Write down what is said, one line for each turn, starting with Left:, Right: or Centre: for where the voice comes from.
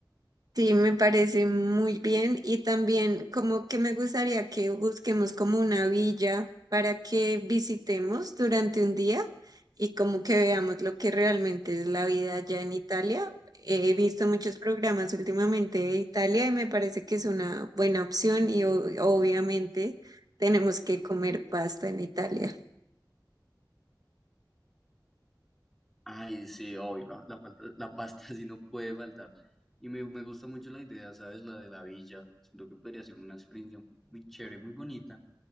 Right: Sí, me parece muy bien y también como que me gustaría que busquemos como una villa para que visitemos durante un día y como que veamos lo que realmente es la vida allá en Italia. He visto muchos programas últimamente de Italia y me parece que es una buena opción y o- obviamente tenemos que comer pasta en Italia.
Centre: Ay, sí, obvio, la, la, falta- la pasta <laughs> sí no puede faltar. Y me, me gusta mucho la idea, ¿sabes? La de la villa. Siento que podría ser una experiencia muy, chévere, muy bonita.